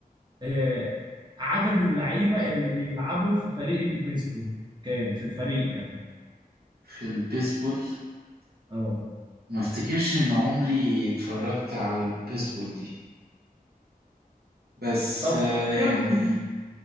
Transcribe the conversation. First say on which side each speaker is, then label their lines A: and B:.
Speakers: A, on the right (about 30°); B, on the right (about 85°).
A: آه، عدد اللعيبة اللي بيلعبوا في فريق البيسبول كام في الفريق يعني
B: في البيسبول
A: اه
B: ما افتكرش ان عمري اتفرجت على البيسبول دي بس
A: طب
B: آه، يعني
A: خمن